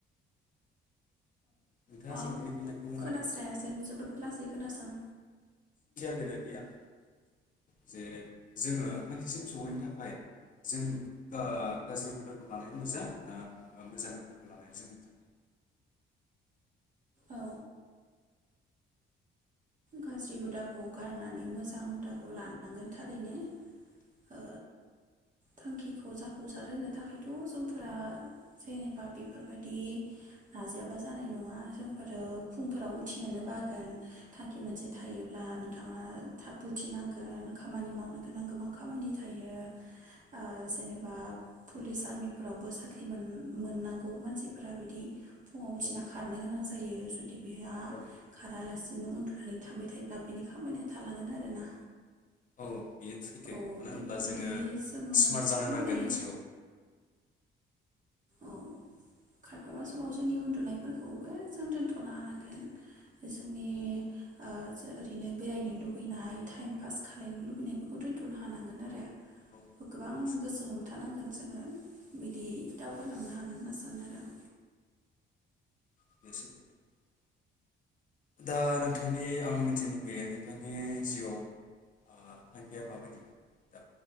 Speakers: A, on the left (about 40°); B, on the right (about 40°).
A: नोंथाङा
B: औ
A: सोंथिनि फिननायखौ होनो
B: खोनास्रायासै
A: हागोन
B: जोबोद लासै खोनासां।
A: होनोदि आं <inaudible> जे जोङो थांखिसिम सौहैनो थाखाय जों ओ गाज्रि हुदाखौ लानाया मोजां ना मोजां हुदाखौ लानाया जों मोजां?
B: औ गाज्रि हुदाखौ गारनानै मोजां हुदाखौ लानांगोन थारैनो ओ थांखिखौ जाफुंसारहोनो थाखायथ' जोंफोरा जेनेबा बेफोरबादि नाजायाबा जानाय नङा जोंफोरो फुंफोराव उथिनोनो बागोन। थांखि मोनसे थायोब्ला नोंथाङा थाब उथिनांगोन खामानि मावनो गोनां गोबां खामानि थायो ओ जेनेबा पुलिस आर्मिफोरावबो साख्रि मोन-मोननांगौ मानसिफोरा बिदि फुङाव उथिना
A: औ
B: खारनो गोनां जायो जुदि बेहा
A: औ
B: खारालासिनो उन थांबाय थायोब्ला बेनि खामानिया थालांगोन आरोना
A: औ बेयो सैथो
B: औ
A: मानो होनब्ला
B: बेफोरबायदि
A: जोङो
B: जोङो
A: स्मार्ट जानो
B: माने
A: नांगोन जिउआव
B: औ खायफाबा
A: बुंलाय।
B: समाव जोंनि उन्दुनाय फोरखौबो जों दोनथनो हानांगोन जोंनि ओ जो ओरैनो बेरायनो लुगैनाय टाइम पास खालायनो लुबैनायफोरखौ दोन्थनो हानांगोन आरो
A: औ बे
B: गोबां
A: सैथो
B: गोसो हमथानांगोन जोङो बिदि दावगालांनो हागोन होनना सानो आरो आं
A: <inaudible> दा नोंथांनि आं मिथिनो लुबैयो नोंथांनि जिउआव ओ थांखिया माबायदि दा